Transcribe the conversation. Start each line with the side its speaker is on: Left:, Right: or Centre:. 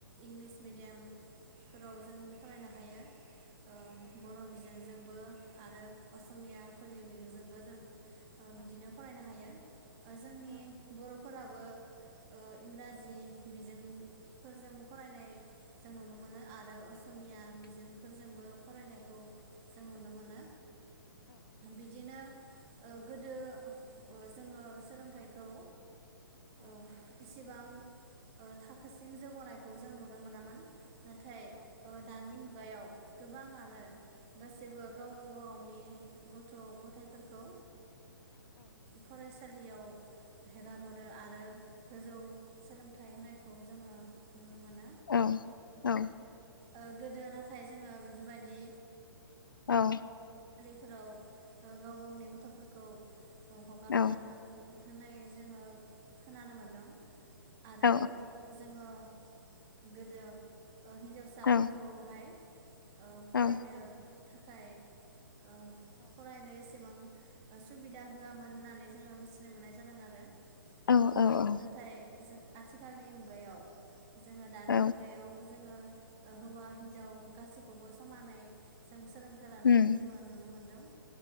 Right: इंलिस मिडियाम फोराव जों फरायनो हायो। औ बर' बिजोंजों बो आरो असमियाफोरनिनिजोंबो जों ओ बिदिनो फरायनो हायो। जोंनि बर'फोराब बो ओ इंराजि बिजों फोरजों फरायनाय जों नुनो मोनो आरो असमिया बेजों फोरजोंबो फरायनायखौ जों नुनो मोनो बिदिनो ओ गोदो ओ जोङो सोलोंथाइखौ ओ एसेबां ओ थाखोसिम जौगानायखौ जों नुनो मोनामोन। नाथाय ओ दानि मुगायाव गोबाङानो गासैबो गाव गावबा गावनि गथ' गथायफोरखौ फरायसालियाव हेगारहरो आरो गोजौ सोलोंथाइ होनायखौ खौ जोङो नुनो मोनो।
Left: औ औ
Right: ओ गोदो नाथाय जोङो बे बेफोरबायदि
Left: औ
Right: फोराव ओ गाव गावनि गथ'फोरखौ हगार
Left: औ
Right: हरामोन होननायै जोङो खोनानो मोनदों। आरो
Left: औ
Right: जोङो गोदो ओ हिन्जावसाफोरखौहाय
Left: औ
Right: ओ फरायनो
Left: औ
Right: थाखाय ओ फरायनाय एसेबां ओ सुबिदा होआमोन होननानै जोङो मिथिनो मोननाय जादों आरो। ओ
Left: औ औ
Right: नाथाय जों आथिखालनि मुगायाव जोङो दानि
Left: औ
Right: मुगायाव जोङो ओ हौवा हिनजाव गासैख खौबो समानै जों सोलोंथाइ लानायखौ
Left: उम
Right: जोङो नुनो मोनदों।